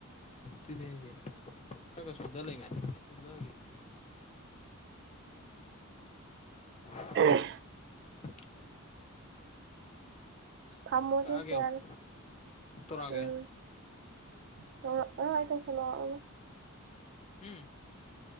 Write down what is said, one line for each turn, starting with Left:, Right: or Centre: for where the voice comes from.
Left: ꯑꯗꯨꯤꯅꯦ ꯍꯥꯏꯁꯦ ꯈꯔ ꯈ ꯁꯣꯟꯊ ꯂꯩꯉꯥꯏꯗ ꯁꯣꯟꯊꯈꯤꯕꯗꯨꯗꯤ ꯎ
Right: ꯎꯝ
Left: <unintelligible>
Right: ꯊꯝꯃꯣꯁꯤ
Left: ꯀꯛꯑꯒꯦ
Right: ꯌꯥꯔ
Left: ꯑꯃꯨꯛ ꯇꯧꯔꯛꯑꯒꯦ
Right: ꯎꯝ ꯇꯧꯔꯛꯅꯤ ꯇꯧꯁꯜꯂꯛꯑꯣ
Left: ꯎꯝ